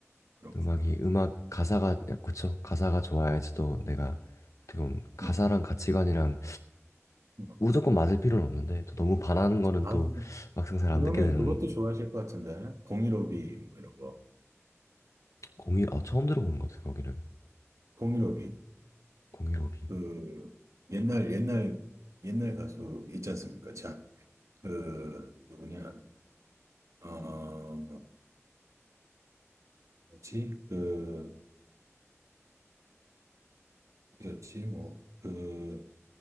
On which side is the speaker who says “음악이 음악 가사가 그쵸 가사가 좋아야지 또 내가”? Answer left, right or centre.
Left